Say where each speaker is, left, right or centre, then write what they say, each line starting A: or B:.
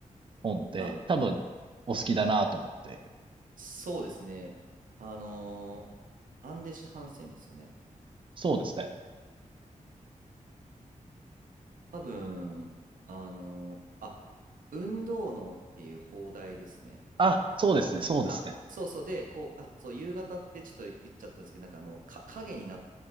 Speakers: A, on the right (about 40°); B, on the right (about 80°).
A: 本で、
B: あ、
A: 多分お好きだなと思って。
B: そうですね。あのーアンデシュ・ハンセンですよね。
A: そうですね。
B: 多分、あのーあ、運動能っていう放題ですね。
A: あ、そうですね、そうですね。
B: あ、そうそう。で、こう、あ、そう、夕方ってちょっと言っちゃったんですけど、なんかあの、か、影になっ